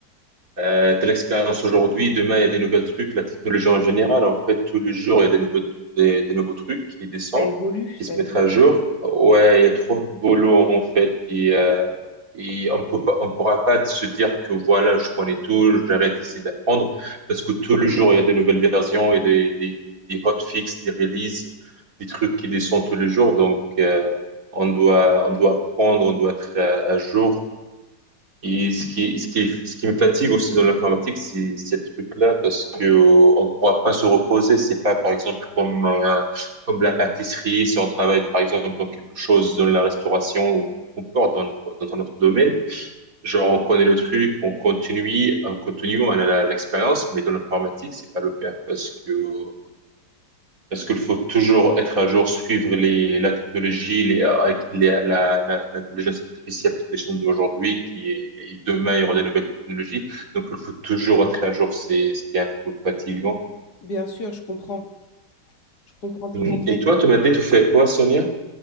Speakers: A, on the right; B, on the left.
A: euh, telle expérience aujourd'hui, demain il y a des nouvelles trucs, la technologie en général, en fait, tous les jours il y a des nouveaux, des, des nouveaux trucs qui descendent,
B: Ça évolue,
A: qui
B: ça
A: se
B: évolue.
A: mettent à jour. Ouais,
B: Ouais.
A: il y a trop de boulot en fait, et, euh, et on peut pas, on pourra pas se dire que voilà, je connais tout, j'arrête ici d'apprendre, parce que tous les jours il y a des nouvelles versions et des, des, des hotfix, des releases, des trucs qui descendent tous les jours, donc euh, on doit, on doit apprendre, on doit être à à jour. Et ce qui, ce qui, ce qui me fatigue aussi dans l'informatique, c'est ces trucs-là, parce que euh, on pourra pas se reposer. C'est pas, par exemple, comme, euh, comme la pâtisserie, si on travaille, par exemple, dans quelque chose, dans la restauration ou qu'on porte dans, notre- dans un autre domaine. Genre, on connaît le truc, on continue, on continue, on a la- l'expérience, mais dans l'informatique, c'est pas le cas, parce que euh, parce qu'il faut toujours être à jour, suivre les, la technologie, les, A- I, les- la, la- l'intelligence artificielle qui descend d'aujourd'hui, qui est, et demain, il y aura des nouvelles technologies. Donc, il faut toujours être à jour. C'est ce qui est un peu fatigant.
B: Bien sûr, je comprends. Je comprends tout
A: Mm.
B: à
A: Et
B: fait.
A: toi, tu m'as dit, tu fais quoi, Sonia?